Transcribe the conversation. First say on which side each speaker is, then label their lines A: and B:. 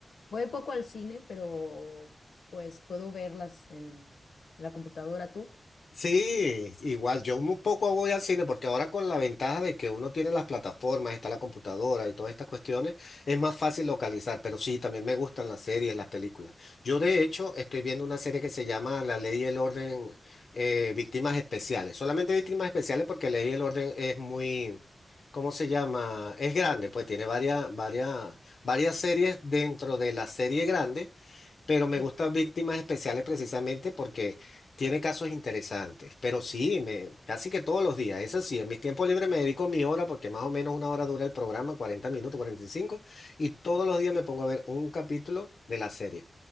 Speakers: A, on the left (about 70°); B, on the left (about 55°).
A: voy poco al cine, pero pues puedo verlas en la computadora tú.
B: Sí, igual, yo un poco voy al cine porque ahora con la ventaja de que uno tiene las plataformas, está la computadora y todas estas cuestiones, es más fácil localizar, pero sí, también me gustan las series, las películas. Yo de hecho estoy viendo una serie que se llama La Ley y el Orden, eh, Víctimas Especiales. Solamente Víctimas Especiales porque Ley y el Orden es muy, ¿cómo se llama? Es grande, pues tiene varias, varias, varias series dentro de la serie grande pero me
A: Sí.
B: gustan Víctimas Especiales precisamente porque tiene casos interesantes. Pero sí, me, casi que todos los días, eso sí, en mis tiempos libres me dedico mi hora porque más o menos una hora dura el programa, 40 minutos, cuarenta y cinco y todos los días me pongo a ver un capítulo de la serie.